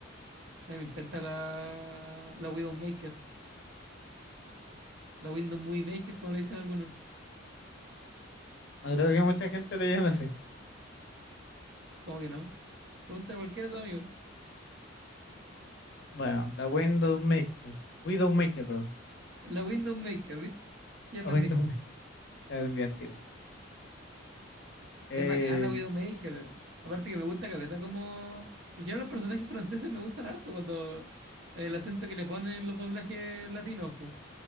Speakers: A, on the right (about 65°); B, on the left (about 55°).
A: A mí me encanta la, la Widowmaker, la Window Movie Maker, como le dicen algunos.
B: No creo que mucha gente lo llame así.
A: ¿Cómo que no? Pregunta a cualquiera de tus amigos.
B: Bueno, la Widowmaker, Widowmaker, perdón,
A: La Widowmaker, ¿viste? Ya
B: la
A: aprendiste.
B: Widowmaker, <laughs> ya aprendí al tiro. Eh,
A: Es bacán la Widowmaker. Aparte que me gusta Caleta como... En general los personajes franceses me gustan harto cuando el acento que le ponen los doblajes latinos, po.